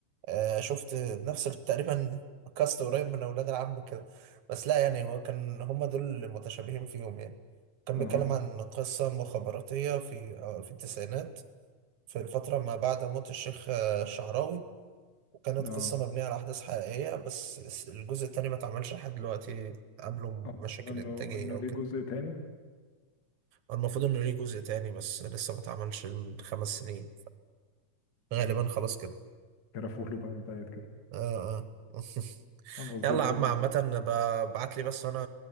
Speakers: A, on the right; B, on the left.
A: آه، شفت نفس تقريبا كاست قريب من أولاد العم كده بس لا يعني هو كان هما دول اللي متشابهين فيهم يعني كان
B: اه
A: بيتكلم عن قصة مخابراتية في آه، في التسعينات في الفترة ما بعد موت الشيخ آه، الشعراوي كانت
B: اه
A: قصة مبنية على أحداث حقيقية بس الس- الجزء التاني ما اتعملش لحد دلوقتي قبله
B: اه
A: مشاكل
B: انه
A: إنتاجية
B: انه
A: وكده
B: ليه جزء تاني
A: المفروض إنه ليه جزء تاني بس لسه ما اتعملش من خمس سنين
B: اه
A: غالبا خلاص كده
B: كرفوله بقى انت قاعد كده
A: آه آه <laughs>
B: خلاص زي
A: يلا
B: الفل
A: يا عم عامة ابعت لي بس وأنا